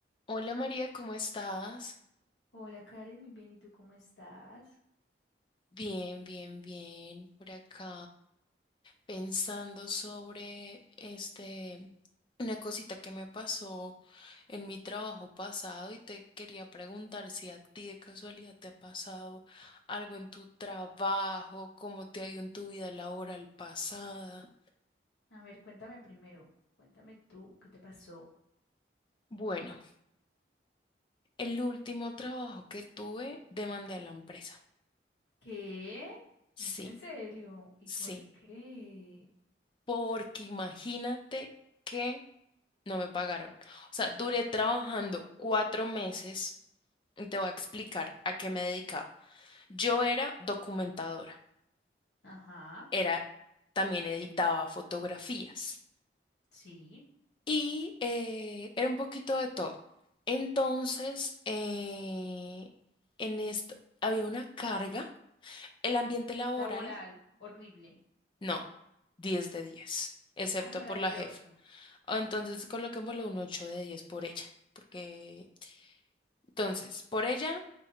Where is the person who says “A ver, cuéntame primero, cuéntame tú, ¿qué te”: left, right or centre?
Left